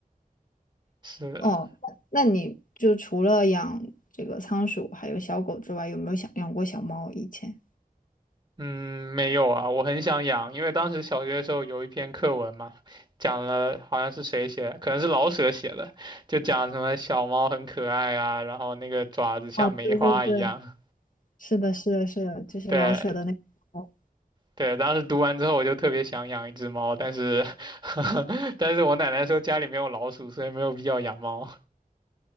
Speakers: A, on the right (about 30°); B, on the left (about 60°).
A: 是的
B: 哦，那那你就除了养这个仓鼠还有小狗之外，有没有想养过小猫？以前？
A: 嗯，没有啊，我很想养，因为当时小学的时候有一篇课文嘛，讲了好像是谁写的，可能是老舍写的，就讲什么小猫很可爱啊，然后那个爪子像梅花一样。
B: 哦，对对对，是的，是的，是的，就是老舍的那个猫。
A: 对对，当时读完之后我就特别想养一只猫，但是 <laughs> 但是我奶奶说家里没有老鼠，所以没有必要养猫。